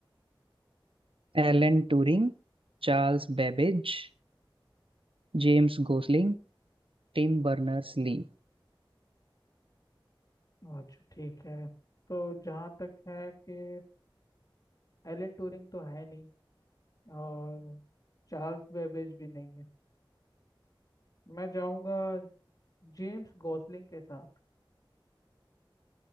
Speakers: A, on the right; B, on the left.
A: Alan Turing Charles Babbage James Gosling Tim Berners Lee
B: अच्छा ठीक है तो जहाँ तक है कि एलन ट्यूरिंग तो है नहीं और चार्ल्स बेबेज भी नहीं है मैं जाऊंगा जेम्स गॉसलिंग के साथ